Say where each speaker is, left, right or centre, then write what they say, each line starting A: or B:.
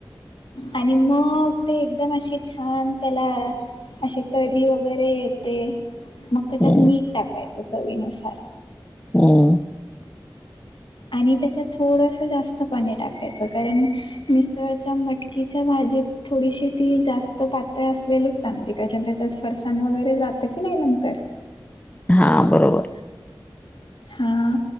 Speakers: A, on the left (about 75°); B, on the left (about 15°).
A: आणि मग ते एकदम अशी छान त्याला अशी तरी वगैरे येते, मग त्याच्यात
B: हम्म
A: मीठ टाकायचं चवीनुसार.
B: हम्.
A: आणि त्याच्यात थोडंसं जास्त पाणी टाकायचं कारण मिसळच्या मटकीच्या भाजीत थोडीशी ती जास्त पातळ असलेली चांगली कारण त्याच्यात फरसाण वगैरे जातं की नाही नंतर.
B: हां बरोबर.
A: <inaudible> हा.